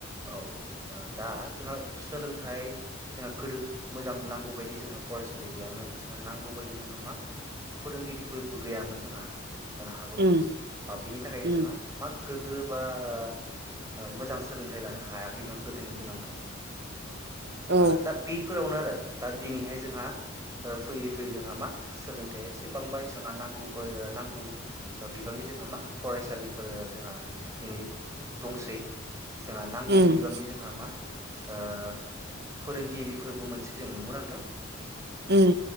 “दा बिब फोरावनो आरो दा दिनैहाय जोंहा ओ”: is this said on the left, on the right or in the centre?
Right